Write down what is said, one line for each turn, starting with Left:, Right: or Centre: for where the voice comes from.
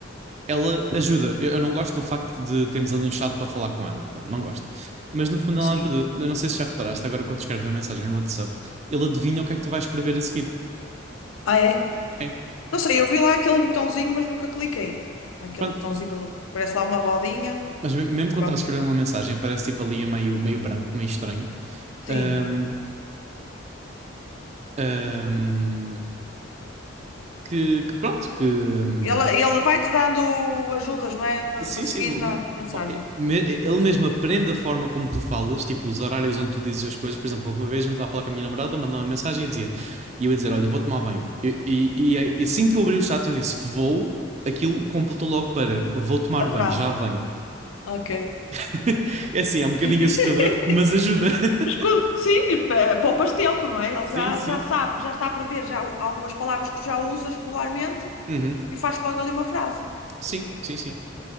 Right: ela ajuda. Eu, eu não gosto do facto de termos ali um chat para falar com ela. Pá, não gosto. Mas no fundo
Left: Sim.
Right: ela ajuda. Eu não sei se já reparaste, agora quando escreves uma mensagem no WhatsApp, ele adivinha o que é que tu vais escrever a seguir.
Left: Ah, é?
Right: É,
Left: Não sei, eu vi lá aquele botãozinho, mas nunca cliquei. Aquele
Right: pronto.
Left: botãozinho, parece lá uma rodinha.
Right: Mas me- mesmo quando
Left: Quando...
Right: estás a escrever uma mensagem, aparece tipo ali a meio, meio branco, meio estranho.
Left: Sim.
Right: Ahm, ahm, que, que pronto, que, hum,
Left: Ela, ela vai-te dando ajudas, não é? Para,
Right: Sim,
Left: para seguir
Right: sim. hum,
Left: na, na mensagem.
Right: não, e- me- Ele mesmo aprende a forma como tu falas, tipo os horários onde tu dizes as coisas. Por exemplo, houve uma vez onde estava a falar com a minha namorada, mandou uma mensagem e dizia, e eu ia dizer: Olha, vou tomar banho. E, e- e- é, e assim que eu abri o chat, eu disse: Vou. Aquilo completou logo para: Vou tomar
Left: A
Right: banho,
Left: frase.
Right: já venho.
Left: Ok.
Right: <laughs> É assim, é um bocadinho
Left: <laughs>
Right: assustador, mas ajuda. <laughs>
Left: Mas quando- Sim, e pa- poupas tempo, não é? Ele
Right: Sim,
Left: já,
Right: sim.
Left: já sabe, já está a prever já algumas palavras que já usas regularmente
Right: Uhum.
Left: e faz logo ali uma frase.
Right: Sim, sim, sim.